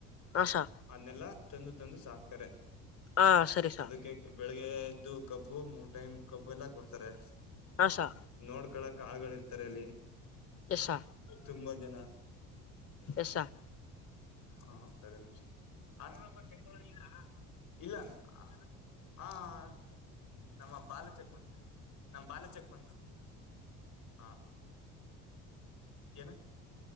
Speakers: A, on the left; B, on the left.
A: ಆ ಸಾ.
B: ಅದನ್ನೆಲ್ಲ ತಂದು ತಂದು ಸಾಕ್ತಾರೆ
A: ಹಾ ಸರಿ ಸ
B: ಅದಕ್ಕೆ. ಬೆಳಿಗ್ಗೆ ಎದ್ದು ಕಬ್ಬು ಮೂರು ಟೈಮ್ ಕಬ್ಬು ಎಲ್ಲಾ ಕೊಡ್ತಾರೆ.
A: ಹಾ ಸ
B: ನೋಡ್ಕಳಕ್ ಆಳಗಳ ಇರ್ತಾರೆ ಅಲ್ಲಿ
A: ಎಸ್ ಸ
B: ತುಂಬಾ ಜನ.
A: Yes sir.
B: ಹಾ ಹ ಐದೇ ನಿಮಿಷ. <inaudible> ನಮ್ಮ ಬಾಲ ಚಕ್ಮಂತ್ ನಮ್ಮ್ ಬಾಲ್ ಚಕ್ಮಂತ್. ಹಾ ಏನು.